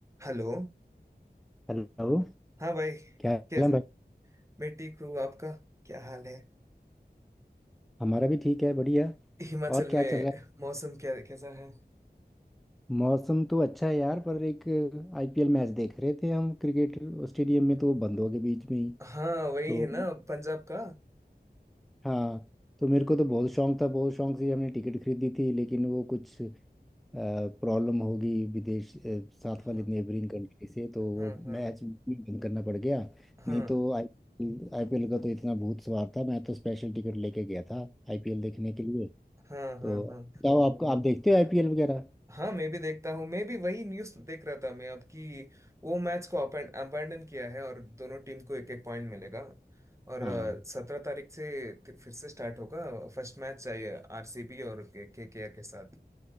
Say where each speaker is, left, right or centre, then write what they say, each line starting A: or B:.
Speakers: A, on the right; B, in the centre.
A: Hello
B: Hello
A: हाँ भाई
B: क्या हाल
A: कैस
B: है भाई
A: मैं ठीक हूँ आपका क्या हाल है
B: हमारा भी ठीक है बढ़िया
A: हिमाचल
B: और क्या
A: में
B: चल रहा
A: मौसम क्या कैसा है
B: है मौसम तो अच्छा है यार पर एक आईपीएल मैच देख रहे थे हम क्रिकेट स्टेडियम में तो वो बंद हो गए बीच में ही
A: हाँ वही
B: तो
A: है ना पंजाब का
B: हाँ तो मेरे को तो बहुत शौक था बहुत शौक से हमने टिकट खरीदी थी लेकिन वो कुछ प्रॉब्लम होगी विदेश अ, साथ
A: हाँ
B: वाली नेबरिंग कंट्री से तो
A: हाँ
B: वो
A: हाँ
B: मैच भी बंद करना पड़ गया
A: हाँ
B: नहीं तो आई आईपीएल का तो इतना भूत सवार था मैं तो स्पेशल टिकट लेके गया था आईपीएल देखने के लिए
A: हाँ
B: तो
A: हाँ हाँ
B: बताओ आपको आप देखते हो आईपीएल वगैरह
A: हाँ मैं भी देखता हूँ मैं भी वही न्यूज़ देख रहा था मैं अब कि वो मैच को अबैंडन किया है और दोनों टीम को एक एक पॉइंट मिलेगा और
B: हाँ
A: सत्रह तारीख से फिर फिर से स्टार्ट होगा फर्स्ट मैच चाहिए आरसीबी और के के आर के साथ